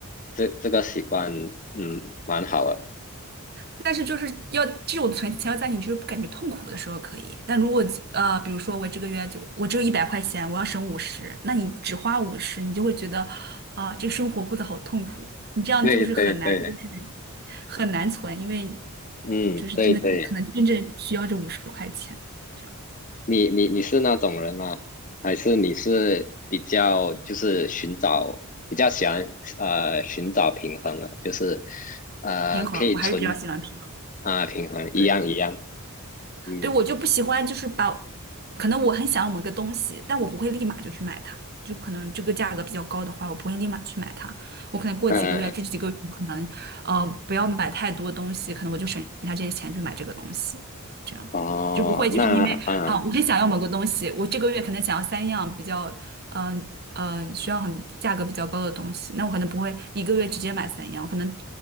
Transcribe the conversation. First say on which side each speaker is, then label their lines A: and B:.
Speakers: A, on the left; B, on the right.
A: 这这个习惯，嗯，蛮好的，
B: 但是就是要这种存钱要在你就是不感觉痛苦的时候可以，但如果呃，比如说我这个月就我只有一百块钱，我要省五十，那你只花五十，你就会觉得啊、这生活过得好痛苦，你这样就是很难，
A: 对对对，
B: 就是。很难存，因为
A: 嗯，
B: 就是真的可能真正需要这五十块钱，
A: 对对。
B: 这样
A: 你你你是那种人吗？还是你是比较就是寻找比较喜欢呃寻找平衡的，就是呃可以存
B: 平衡，我还是比较喜欢平衡。
A: 啊、平衡一样一样，
B: 对。
A: 嗯
B: 对，我就不喜欢，就是把，可能我很想要某一个东西，但我不会立马就去买它，就可能这个价格比较高的话，我不会立马去买它，我可能过几个月，
A: 嗯、呃
B: 这几个月我可能，呃，不要买太多东西，可能我就省下这些钱去买这个东西，这样就不会就是因为啊，
A: 哦那啊、
B: 我很想要某个东西，我这个月可能想要三样比较，嗯、呃嗯、需要很价格比较高的东西，那我可能不会一个月直接买三样，我可能